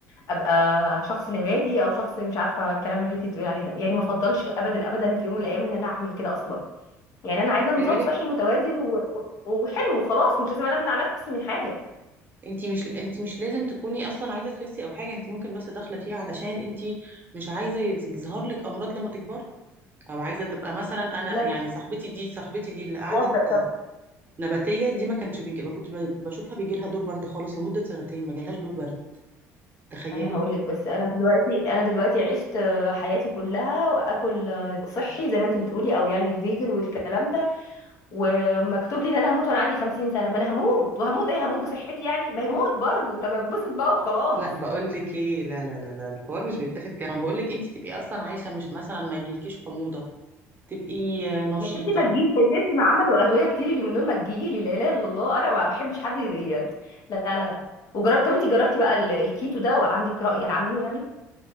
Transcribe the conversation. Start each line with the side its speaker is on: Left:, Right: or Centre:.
Left: ابقى شخص نباتي او شخص مش عارفه الكلام اللي انت بتقولي عليه ده يعني ما افضلش ابدا ابدا في يوم من الايام ان انا اعمل كده اصلا يعني انا عايزه نظام
Right: خلي بالك
Left: صحي متوازن و... و- وحلو وخلاص مش لازم انا امنع نفسي من حاجه
Right: انت مش انت مش لازم تكوني اصلا عايزه تخسي او حاجه انت ممكن بس داخله فيها علشان انت مش عايزه يز- يظهر لك امراض لما تكبري او عايزه تبقى مثلا انا
Left: لا
Right: يعني صاحبتي دي صاحبتي دي اللي قعدت
Left: وافضل طب
Right: نباتيه دي ما كانش بيجي ما كنت ب- بشوفها بيجي لها دور برد خالص لمده سنتين ما جالهاش دور برد تخيلي
Left: انا هقول لك بس انا دلوقتي انا دلوقتي عشت آه، حياتي كلها واكل آه، صحي زي ما انت بتقولي او يعني الفيجن والكلام ده ومكتوب لي ان انا هموت وانا عندي 50 سنه ما انا هموت وهموت ايه هموت بصحتي يعني ما هموت برضه طب اتبسط بقى وخلاص
Right: لا بقول لك ايه لا لا لا لا الحوار مش بيتاخد كده بقول لك انت تبقي اصلا عايشه مش مثلا ما يجيلكيش حموضه تبقي آه، نشيطه
Left: يا ستي ما تجيش يا ستي ما عملوا ادويه كتير اللي من دول ما تجيلي لا اله الا الله انا ما بحبش حد يضايقني يعني. لا لا لا وجربت طب انت جربتي بقى ال- الكيتو ده وعندك راي عنه يعني